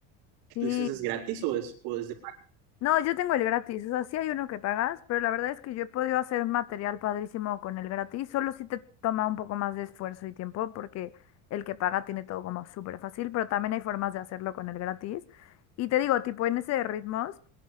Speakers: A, on the right (about 70°); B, on the left (about 45°).
A: que
B: Sí.
A: tú dices es gratis o es, o es de pago.
B: No, yo tengo el gratis. O sea, sí hay uno que pagas, pero la verdad es que yo he podido hacer material padrísimo con el gratis. Solo si te toma un poco más de esfuerzo y tiempo porque el que paga tiene todo como súper fácil, pero también hay formas de hacerlo con el gratis. Y te digo, tipo en ese de ritmos,